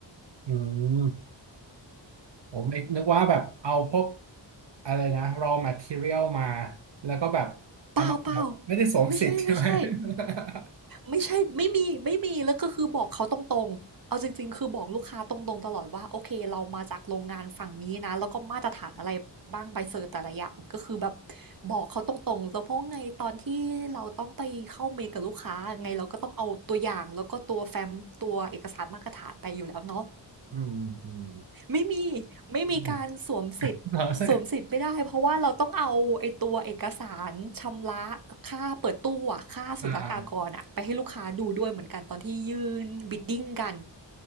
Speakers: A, on the right; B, on the right.
A: อืม ผมไม่นึกว่าแบบเอาพวกอะไรนะ raw material มาแล้วก็แบบเอามาสวมไม่ได้สวมสิทธิ์ใช่ไหม
B: เปล่าเปล่าไม่ใช่ไม่ใช่
A: <laughs>
B: ไม่ใช่ไม่มีไม่มีแล้วก็คือบอกเขาตรงๆเอาจริงๆคือบอกลูกค้าตรงๆตลอดว่าโอเคเรามาจากโรงงานฝั่งนี้นะแล้วก็มาตรฐานอะไรบ้างใบเซอร์แต่ละอย่างก็คือแบบบอกเขาตรงๆแล้วเพราะไงตอนที่เราต้องไปเข้าเมลกับลูกค้าไงเราก็ต้องเอาตัวอย่างแล้วก็ตัวแฟ้มตัวเอกสารมาตรฐานไปอยู่แล้วเนาะ
A: อืมอืม
B: ไม่มีไม่มีการสวมสิทธิ์สวมสิทธิ์ไม่ได้เพราะว่าเราต้องเอาไอ้ตัวเอกสารชำระค่าเปิดตู้อะค่าศุลกากรอะไปให้ลูกค้าดูด้วยเหมือนกันตอนที่ยื่นบิดดิ้งกัน
A: อืมเราใช่อ่าอ่า